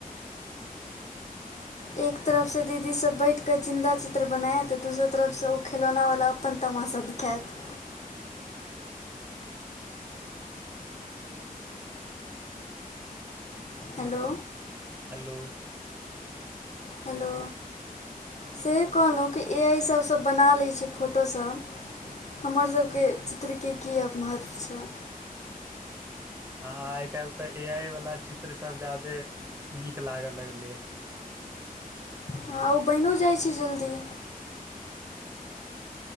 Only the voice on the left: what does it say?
एक तरफसँ दीदी सब बैठ कऽ जिन्दा चित्र बनायत तऽ दोसर तरफसँ ओ खिलौना वला अपन तमासा दिखात हेलो
हेलो से कहलहुँ कि ए आई सभसँ बना लै छै फोटोसभ हमर सभके चित्रके की आब महत्व छैय
हँ ओ बनिओ जाइ छैय जल्दी